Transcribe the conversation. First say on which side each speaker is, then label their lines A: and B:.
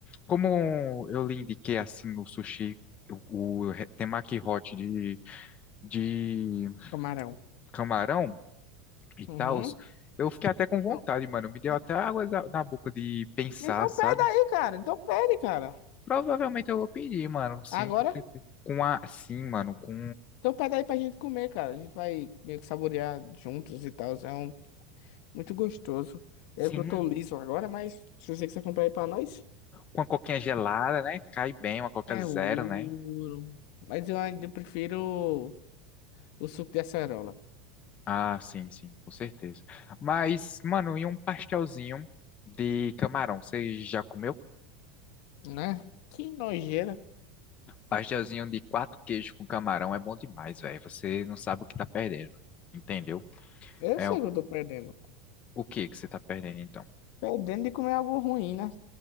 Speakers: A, on the left; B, on the left.
A: Como eu lhe indiquei assim no sushi o, o re- temaki hot de de
B: Camarão.
A: camarão e
B: Uhum.
A: tal, eu fiquei até com vontade,
B: Bom,
A: mano. Me deu
B: né?
A: até água da- na boca de pensar,
B: Então
A: sabe?
B: pede aí, cara. Então pede, cara.
A: Provavelmente eu vou pedir, mano. Sim,
B: Agora,
A: com certeza. Com a, sim, mano, com
B: então pede aí pra gente comer, cara. A gente vai meio que saborear juntos e tal. É um, muito gostoso. É
A: sim,
B: que eu tô liso agora, mas se você quiser comprar aí pra nós,
A: com a coquinha gelada, né? Cai bem, uma coca
B: é
A: zero,
B: ouro.
A: né?
B: Mas eu ainda prefiro o suco de acerola,
A: Ah, sim, sim, com certeza. Mas, mano, e um pastelzinho de camarão? Você já comeu?
B: né? Que nojeira.
A: Pastelzinho de quatro queijos com camarão é bom demais, velho. Você não sabe o que tá perdendo, entendeu?
B: Eu
A: É,
B: sei que eu tô perdendo.
A: O que que você tá perdendo, então?
B: Perdendo de comer algo ruim, né?